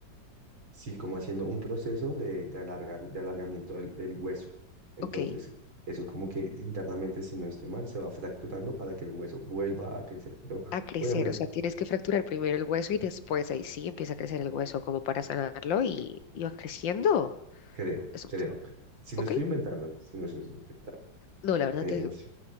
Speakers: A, on the right (about 85°); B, on the left (about 70°).
A: sí, como haciendo un proceso de, de, alarga- de alargamiento del, del hueso. Entonces,
B: ok.
A: eso como que internamente, si no estoy mal, se va fracturando para que el hueso vuelva a crecer. Pero
B: A crecer,
A: obviamente,
B: o sea, tienes que fracturar primero el hueso y después ahí sí empieza a crecer el hueso como para sanarlo y, y va creciendo.
A: creo,
B: Es un-
A: creo, creo. Si no
B: Ok.
A: estoy inventando, si no estoy inventando.
B: No, la verdad
A: pero
B: que
A: sí.